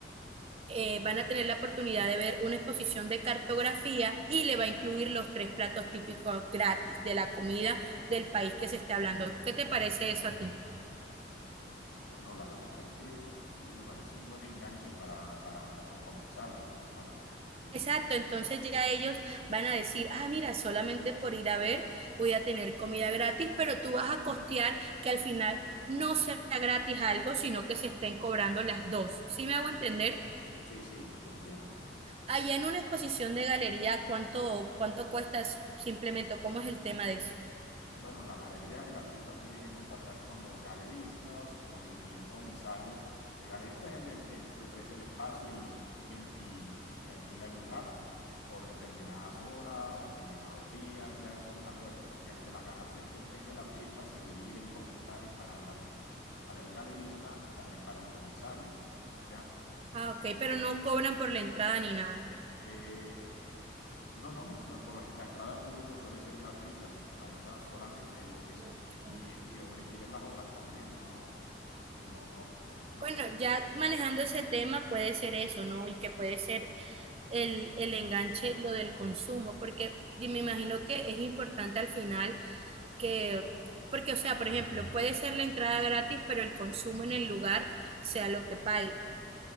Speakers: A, on the right; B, on the left.
A: Eh, van a tener la oportunidad de ver una exposición de cartografía y le va a incluir los tres platos típicos gratis de la comida del país que se esté hablando. ¿Qué te parece eso a ti?
B: Bueno, la verdad es que sí, me parece un buen enganche para, para los comensales, la verdad. Sí,
A: Exacto, entonces ya ellos van a decir, ah, mira, solamente por ir a ver voy a tener comida gratis, pero tú vas a costear que al final no sea gratis algo, sino que se estén cobrando las dos. ¿Sí me hago entender?
B: sí, sí, lo entiendo.
A: Allá en una exposición de galería, ¿cuánto, cuánto cuesta simplemente? ¿Cómo es el tema de eso?
B: bueno, en las galerías el artista tiene que contactar con los galeristas con, y un comisario. El galerista es el del, eh, te ofrece el espacio y, y tú tienes y, y, te alquila el lugar por determinadas horas o determinados días. Ya eso es un acuerdo, porque ante las ganancias que obtenga el artista se divide un porcentaje para el, para el galerista y también para el comisario. ¿ya?
A: Ah, ok, pero no cobran por la entrada ni nada.
B: Eh, no, no, no. no, Por ejemplo, la entrada al público suele ser gratuita, la verdad. Solamente eh, lo que se
A: Ok.
B: y, y, y, ver las obras también, no No, no, no,
A: Bueno,
B: cu-
A: ya manejando ese tema puede ser eso, ¿no? Y que puede ser el, el enganche, lo del consumo, porque me imagino que es importante al final que, porque, o sea, por ejemplo, puede ser la entrada gratis, pero el consumo en el lugar sea lo que pague.